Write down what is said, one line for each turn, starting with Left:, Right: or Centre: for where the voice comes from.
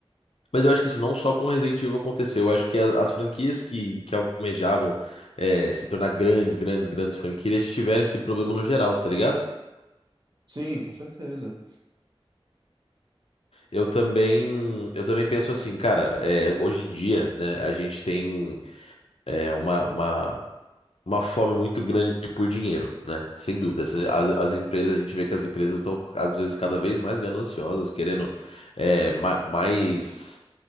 Left: mas eu acho que isso não só com Resident Evil aconteceu, eu acho que a- as, franquias que, que almejavam eh, se tornar grandes, grandes, grandes franquias tiveram esse problema no geral, tá ligado?
Right: Sim, com certeza.
Left: Eu também, eu também penso assim, cara, eh, hoje em dia, né, a gente tem é, uma, uma uma fome muito grande por dinheiro, né? Sem dúvida. Essas- As, as empresas, a gente vê que as empresas estão, às vezes, cada vez mais gananciosas, querendo é, ma- mais